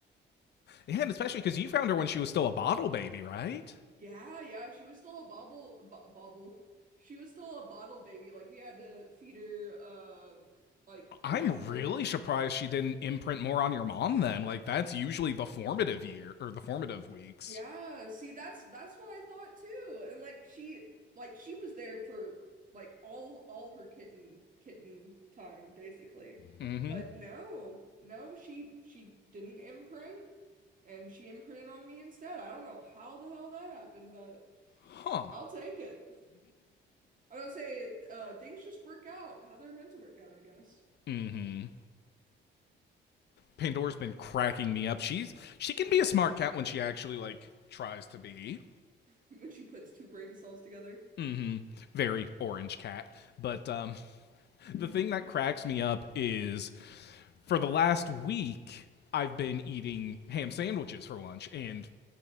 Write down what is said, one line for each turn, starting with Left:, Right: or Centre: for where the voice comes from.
Left: Yeah, and especially because you found her when she was still a bottle baby, right?
Right: Yeah, yeah, she was still a bobble bo bobble. She was still a bottle baby. Like we had to feed her um like
Left: I'm
Right: kitty formula.
Left: really surprised she didn't imprint more on your mom then. Like that's usually the formative year or the formative weeks.
Right: Yeah, see that's that's what I thought too. And like she like she was there for like all all her kitten kitten time basically.
Left: Mm-hmm.
Right: But no, no, she she didn't imprint and she imprinted on me instead. I don't know how the hell that happened, but
Left: Huh.
Right: I'll take it. I don't say uh things just work out how they're meant to work out, I guess. <laughs>
Left: Mm-hmm. Pandora's been cracking me up. She's she can be a smart cat when she actually like tries to be.
Right: When she puts two brain cells together.
Left: Mm-hmm. Very orange cat. But um, the thing that cracks me up is for the last week I've been eating ham sandwiches for lunch and